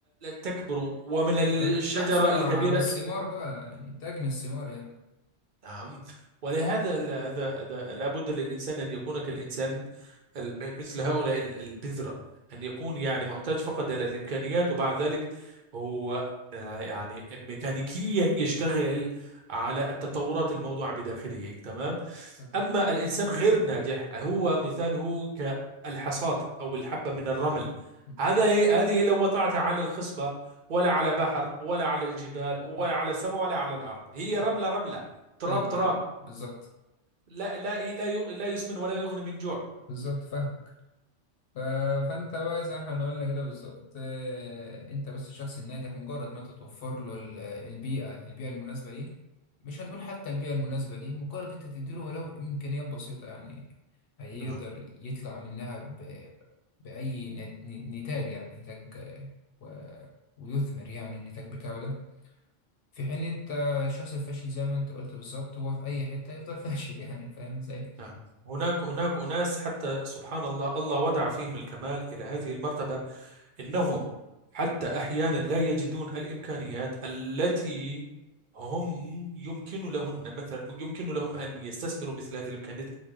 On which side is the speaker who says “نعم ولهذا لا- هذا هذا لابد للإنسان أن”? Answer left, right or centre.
Right